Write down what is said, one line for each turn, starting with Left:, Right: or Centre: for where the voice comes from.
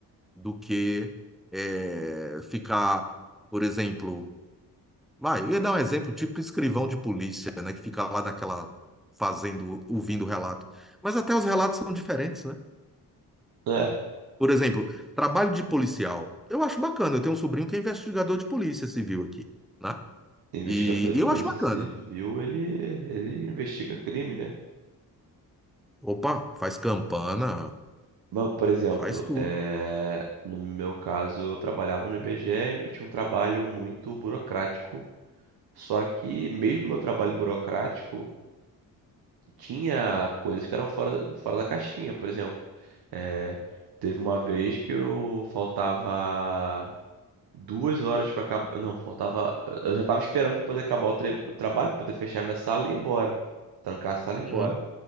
Centre: do que é, ficar, por exemplo, vai, eu ia dar um exemplo, tipo escrivão de polícia, né, que fica lá naquela fazendo, ouvindo o relato. Mas até os relatos são diferentes, né?
Right: é.
Centre: Por exemplo, trabalho de policial. Eu acho bacana. Eu tenho um sobrinho que é investigador de polícia civil aqui, né?
Right: Investigador
Centre: E,
Right: de
Centre: e
Right: polícia
Centre: eu acho bacana.
Right: civil, ele, ele investiga crime, né?
Centre: Opa, faz campana,
Right: Mas, por exemplo,
Centre: faz tudo.
Right: é, no meu caso, eu trabalhava no IBGE e e tinha um trabalho muito burocrático. Só que, mesmo meu trabalho burocrático, tinha coisas que eram fora, da- fora da caixinha. Por exemplo, é, teve uma vez que eu faltava duas horas para acabar. Não, faltava. Eu já estava esperando para poder acabar o, tre- o trabalho, poder fechar minha sala e ir embora. Trancar a sala e ir
Centre: Uhum,
Right: embora.